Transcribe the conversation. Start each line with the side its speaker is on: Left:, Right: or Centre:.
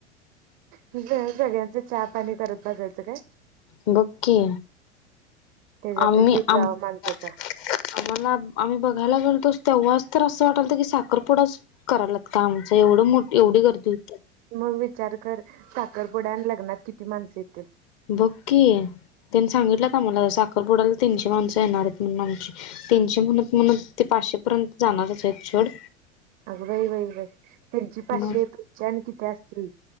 Right: सगळ्यांचं चहा पाणी करत बजासचं काय!
Left: बघकी
Right: त्याच्यातच
Left: आम्ही,
Right: जीव
Left: आ
Right: जावा
Left: मला
Right: माणसाचा
Left: आम्ही बघायला घेलतो, तेव्हाच तर असं वाटलत की साखरपुडाच करालात का आमचं एवढं मोठ, एवढी गर्दी होती.
Right: मग विचार कर साखरपुडा आणि, लग्नात किती माणसं येतील.
Left: बककी, त्यांनी सांगितलंत आम्हाला, साखरपुडाला तीनशे माणसं येणार आहेत म्हण आमची तीनशे म्हणत म्हण ते, पाचशे पर्यंत जाणारच आहेत सोड
Right: अगं बाई बाई बाई त्यांची पाचशे
Left: मग
Right: न किती असतील